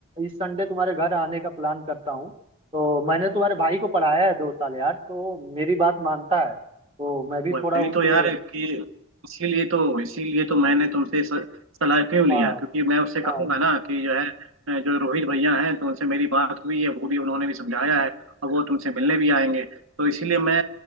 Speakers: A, on the right; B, on the right.
A: इस संडे तुम्हारे घर आने का प्लान करता हूँ तो मैंने तुम्हारे भाई को पढ़ाया है दो साल यार तो मेरी बात मानता है तो मैं भी
B: वही
A: थोड़ा उससे
B: तो यार कि इसीलिए तो इसीलिए तो मैंने तुमसे स- सलाह क्यों
A: हाँ
B: लिया क्योंकि मैं उससे
A: हाँ
B: कहूंगा ना कि जो है अ, जो रोहित भैया हैं तो उनसे मेरी बात हुई है वो भी उन्होंने भी समझाया है और वो तुमसे मिलने भी आएंगे तो इसीलिए मैं